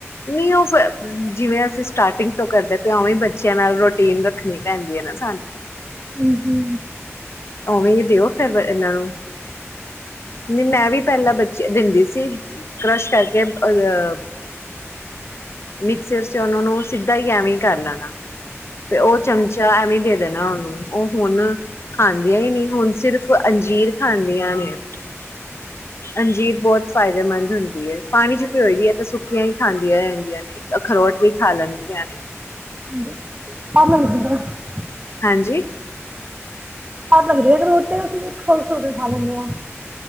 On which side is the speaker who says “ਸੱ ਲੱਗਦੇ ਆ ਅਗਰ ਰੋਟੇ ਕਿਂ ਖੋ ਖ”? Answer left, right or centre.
Right